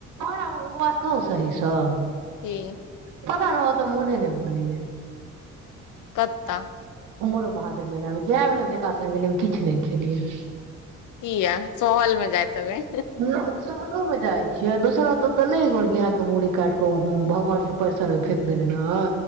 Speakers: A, on the right; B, on the left.
A: आओर बात कहू सहीसँ
B: कि
A: पता नई हमरा उता मोने नई मानई
B: कत्ता
A: उमरो महादेव मेला जय भेल जेका सङ्ग गेलियै हम किछु नहि खेलियै
B: किया सोहलमे जाएत हेबय
A: साउनो मे जाइ छियै दोसर बात ओते ने ग के मुरड़ी काटिके भगवान के परिसर मे फेेक देने रहै